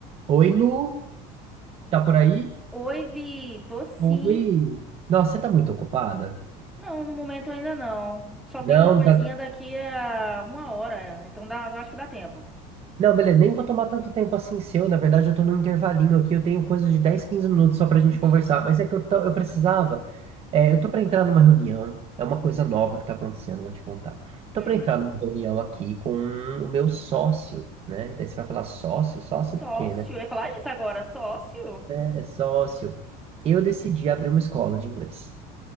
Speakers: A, on the right (about 35°); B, in the centre.
A: Oi, Lu, tá por aí?
B: Oi, Vi, tô sim.
A: Oi. Nossa, você tá muito ocupada?
B: Não, no momento ainda não. Só
A: Não,
B: tem uma coisinha
A: não tá...
B: daqui a uma hora, então dá, eu acho que dá tempo.
A: Não, beleza, nem vou tomar tanto tempo assim seu. Na verdade, eu tô num intervalinho aqui, eu tenho coisa de 10, 15 minutos só pra gente
B: Ixi.
A: conversar. Mas é que eu, tô- eu precisava. é, eu tô pra entrar numa reunião, é uma coisa nova que tá acontecendo, vou te contar. Tô
B: Hum.
A: pra entrar numa reunião aqui com o meu sócio, né? Daí você vai falar sócio? Sócio
B: Sócio?
A: do quê, né?
B: Eu ia falar isso agora, sócio?
A: É sócio. Eu decidi abrir uma escola de inglês.